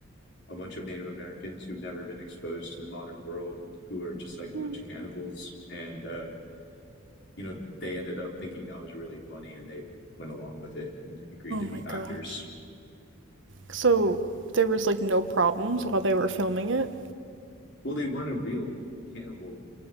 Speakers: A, on the left (about 60°); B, on the right (about 65°).
A: a bunch of Native Americans who've never been exposed to the modern world, who are just like a
B: Oh
A: bunch of cannibals. And, uh, you know, they ended up thinking that was really funny and they went along with it and agreed to be
B: my gosh.
A: actors.
B: So there was like no problems while they were filming it.
A: Well, they weren't a real cannibal.